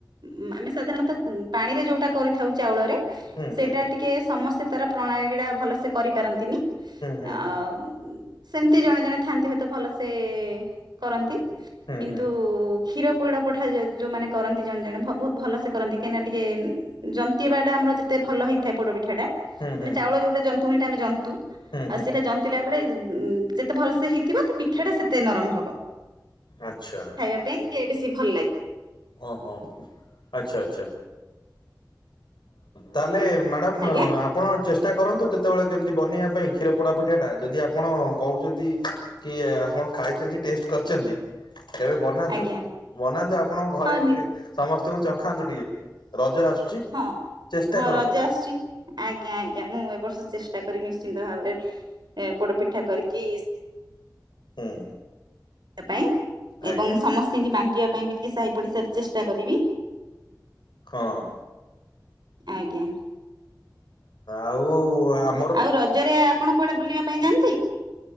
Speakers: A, on the right (about 70°); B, on the left (about 90°).
A: ଉ ଆମେ ସାଧାରଣତଃ ପାଣିରେ ଯୋଉଟା କରିଥାଉ ଚାଉଳରେ
B: ହୁଁ
A: ସେଇଟା
B: ହୁଁ
A: ଟିକେ ସମସ୍ତେ ତାର ପ୍ରଣାଳୀ ଟା ଭଲ ସେ କରିପାରନ୍ତିନି।
B: ହୁଁ
A: ଆଉ ସେମିତି ଜଣେ ଜଣେ ଥାଆନ୍ତି ହୁଏତ ଭଲସେ କରନ୍ତି
B: ହୁଁ ହୁଁ
A: କିନ୍ତୁ
B: ହୁଁ
A: କ୍ଷୀର ପୋଡ ପଠା ଯୋଉମାନେ କରନ୍ତି ଜଣେ ଜଣେ ବହୁତ ଭଲ ସେ କରନ୍ତି କାଁଇନା ଟିକେ ଜନ୍ତିବା ଟା ଆମର ଯେତେ ଭଲ ହେଇଥାଏ ପୋଡପିଠା ଟା
B: ହୁଁ
A: ମାନେ
B: ହୁଁ
A: ଚାଉଳ ଯୋଉଟା ଜନ୍ତୁଣୀଟା ଆମେ ଜନ୍ତୁ
B: ହୁଁ
A: ଆଉ
B: ହୁଁ
A: ସେଇଟା ଜନ ଥିଲା ବଳେ ଯେତେ ଭଲ ସେ ହେଇଥିବ ଟ ପି ସେଟା ସେତେ ନରମ ହବ
B: ଆଚ୍ଛା
A: ଖାଇବା ପାଇଁ ଟିକେ ବେଶୀ ଭଲ ଲାଗେ।
B: ହଁ ହଁ, ଆଚ୍ଛା ଆଚ୍ଛା। ତାହେଲେ ମ୍ୟାଡ଼ାମ
A: ଆଜ୍ଞା
B: ଆ ଆପଣ ଚେଷ୍ଟା କରନ୍ତୁ କେତେବେଳେ କେମିତି ବନେଇବା ପାଇଁ କ୍ଷୀର ପୋଡ଼ା ପିଠାଟା ଯଦି ଆପଣ କହୁଛନ୍ତି। କି ଆପଣ ଖାଇଛନ୍ତି ଟେଷ୍ଟ କରିଛନ୍ତି ଏବେ ବନାନ୍ତୁ।
A: ଆଜ୍ଞା
B: ବନାନ୍ତୁ ଆପଣଙ୍କ ଘରେ
A: ହଁ ନି-
B: ସମସ୍ତଙ୍କୁ ଚଖାନ୍ତୁ ଟିକେ ରଜ ଆସୁଛି।
A: ହ
B: ଚେଷ୍ଟା
A: ହଁ
B: କରନ୍ତୁ
A: ରଜା ଆସିଛି ଆଜ୍ଞା ଆଜ୍ଞା ମୁଁ ଏବ ବର୍ଷ ଚେଷ୍ଟା କରି ନିଶ୍ଚିନ୍ତ ଭାବରେ ଏ ପୋଡପିଠା କରିକି
B: ହୁଁ
A: ପାଇଁ
B: ଆଜ୍ଞା
A: ଏବଂ ସମସ୍ତଙ୍କୁ ମାଙ୍କିବା ପାଇଁ ବି ଟିକେ ସହି ପଡିସାର ଚେଷ୍ଟା କରିବି।
B: ହଁ
A: ଆଜ୍ଞା
B: ଆଉ ଆ
A: ଆଉ ରଜରେ ଆପଣ କୁଆଡେ ବୁଲିବା ପାଇଁ ଯାଆନ୍ତି?